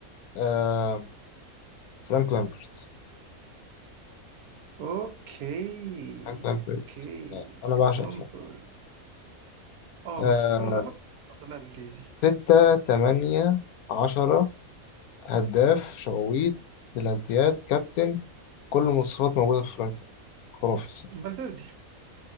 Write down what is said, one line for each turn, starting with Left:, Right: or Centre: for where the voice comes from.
Left: آه فرانك لامبرت
Right: أوكي
Left: فرانك لامبرت
Right: أوكي
Left: آه، أنا بعشق
Right: لامبر
Left: فرانك
Right: أه
Left: آه
Right: بس بن- لامبر أفضل لاعب إنجليزي
Left: ستة تمانية عشرة هداف شويت بلالتيات كابتن كل المواصفات موجودة في فرانك لامبرت خرافي الصراحة.
Right: فالفيردي